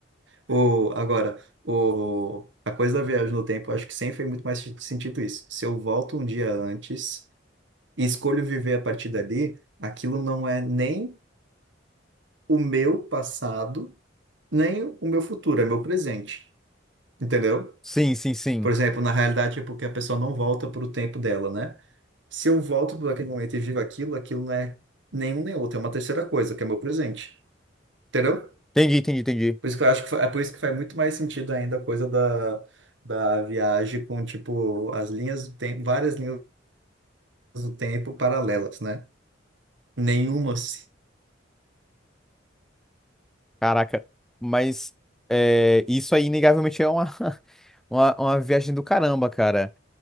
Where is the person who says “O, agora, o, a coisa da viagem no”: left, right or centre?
Right